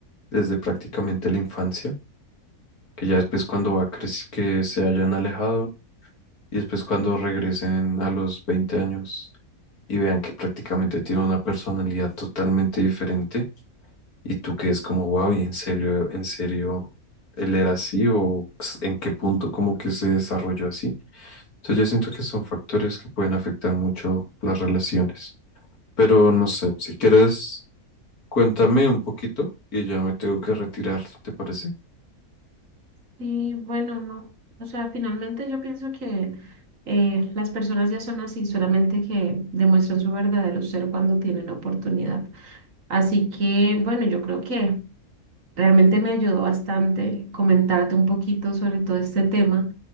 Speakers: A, on the left; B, on the right.
A: desde prácticamente la infancia, que ya después cuando va creci- que se hayan alejado y después cuando regresen a los 20 años y vean que prácticamente tiene una personalidad totalmente diferente y tú que es como, wow, y en serio, en serio, él era así o s- en qué punto como que se desarrolló así. Entonces yo siento que son factores que pueden afectar mucho las relaciones. Pero no sé, si quieres, cuéntame un poquito y ya me tengo que retirar, ¿te parece?
B: Sí, bueno, no. O sea, finalmente yo pienso que eh, las personas ya son así, solamente que demuestran su verdadero ser cuando tienen oportunidad. Así que, bueno, yo creo que realmente me ayudó bastante comentarte un poquito sobre todo este tema,